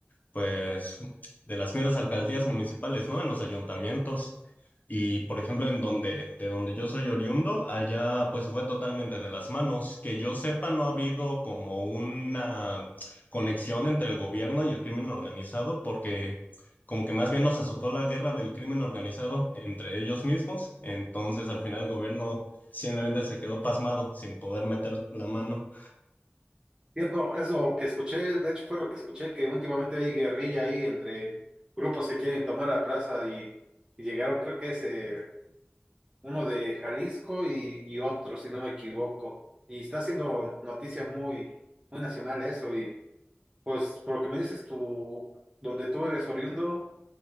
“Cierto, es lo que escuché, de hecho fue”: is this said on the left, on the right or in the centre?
Right